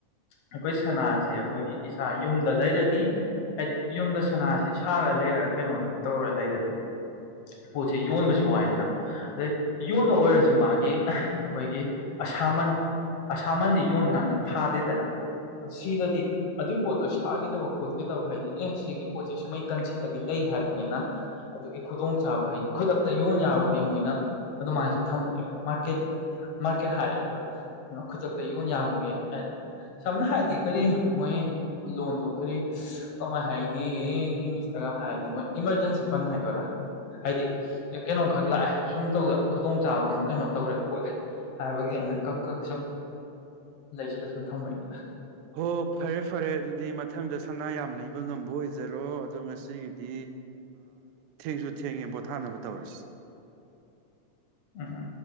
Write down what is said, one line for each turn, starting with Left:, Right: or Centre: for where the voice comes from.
Left: ꯑꯩꯈꯣꯏ ꯁꯅꯥꯁꯦ ꯑꯩꯈꯣꯏꯒꯤ ꯏꯁꯥ ꯌꯨꯝꯗ ꯂꯩꯔꯗꯤ ꯍꯥꯏꯗꯤ ꯌꯨꯝꯗ ꯁꯅꯥꯁꯤ ꯁꯥꯔ ꯂꯩꯔ ꯀꯩꯅꯣ ꯇꯧꯔ ꯂꯩꯔꯗꯤ ꯄꯣꯠꯁꯦ ꯌꯣꯟꯕꯁꯨ ꯋꯥꯏꯗꯅ ꯑꯗꯩ ꯌꯣꯟꯕ ꯑꯣꯏꯔꯁꯨ ꯃꯥꯒꯤ ꯑꯩꯈꯣꯏꯒꯤ ꯑꯁꯥꯃꯟ ꯑꯁꯥꯃꯟꯗꯤ ꯌꯣꯟ ꯀꯥꯟꯗ ꯊꯥꯗꯦꯗꯅ ꯑ ꯁꯤꯗꯗꯤ ꯑꯗꯨꯒꯤ ꯄꯣꯠꯇꯣ ꯁꯥꯈꯤꯗꯕ ꯈꯣꯠꯈꯤꯗꯕ ꯍꯥꯏꯗꯤ ꯑꯦ ꯁꯤꯒꯤ ꯄꯣꯠꯁꯦ ꯁꯨꯃꯩ ꯀꯟꯁꯤꯜꯂꯒ ꯂꯩ ꯍꯥꯏꯕꯅꯤꯅ ꯑꯗꯨꯒꯤ ꯈꯨꯗꯣꯡꯆꯥꯥꯕ ꯍꯥꯏꯗꯤ ꯈꯨꯗꯛꯇ ꯌꯣꯟ ꯌꯥꯕꯒꯤ ꯃꯣꯏꯅ ꯑꯗꯨꯃꯥꯏꯁꯨ ꯊꯝꯕꯅꯦꯕ ꯃꯥꯔꯀꯦꯠ ꯃꯥꯔꯀꯦꯠ ꯍꯥꯏꯔꯦꯗꯅ ꯈꯨꯗꯛꯇ ꯌꯣꯟ ꯌꯥꯕꯒꯦ ꯁꯝꯅ ꯍꯥꯏꯔꯗꯤ ꯀꯔꯤ ꯃꯣꯏ ꯂꯣꯟꯗꯣ ꯀꯔꯤ ꯀꯃꯥꯏ ꯍꯥꯏꯅꯤ ꯏꯪꯂꯤꯁꯇꯒ ꯍꯥꯏꯔꯗꯤ ꯃꯣꯏ ꯏꯃꯥꯔꯖꯦꯟꯁꯤ ꯐꯟ ꯍꯥꯏꯗꯣꯏꯔꯥ ꯍꯥꯏꯗꯤ ꯀꯩꯅꯣꯝꯈꯛ ꯂꯥꯛꯑꯦ ꯁꯨꯝ ꯇꯧꯗ ꯈꯨꯗꯣꯡꯆꯥꯥꯕ ꯑꯃ ꯀꯩꯅꯣ ꯇꯧꯔꯦ ꯈꯣꯠꯂꯦ ꯍꯥꯏꯕꯒꯤ ꯑꯩꯅ ꯀꯛ ꯀꯛ ꯁꯞ ꯂꯩꯁꯤꯜꯂ ꯁꯨꯝ ꯊꯝꯝꯕꯩꯅꯤꯅ
Right: ꯍꯣ ꯐꯔꯦ ꯐꯔꯦ ꯑꯗꯨꯗꯤ ꯃꯊꯪꯗ ꯁꯅꯥ ꯌꯥꯝ ꯂꯩꯕ ꯉꯝꯕ ꯑꯣꯏꯖꯔꯣ ꯑꯗꯣ ꯉꯁꯤꯒꯤꯗꯤ ꯊꯦꯡꯁꯨ ꯊꯦꯡꯉꯦ ꯄꯣꯊꯥꯅꯕ ꯇꯧꯔꯁꯤ
Left: ꯑꯥ